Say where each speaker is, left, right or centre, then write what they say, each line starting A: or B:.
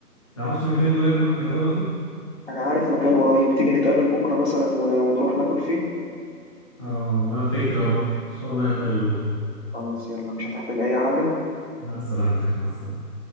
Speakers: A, on the left (about 20°); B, on the left (about 40°).
A: تعرفش مكان قريب نروح نجربها فيه
B: انا عارف مكان قريب تيجي نتقابل بكره مثلا و- ونروح ناكل فيه
A: اه والله فكره برضه ان شاء الله نتقابل بكره
B: خلاص يلا مش هتحتاج اي حاجه
A: لا سلامتك مع السلامه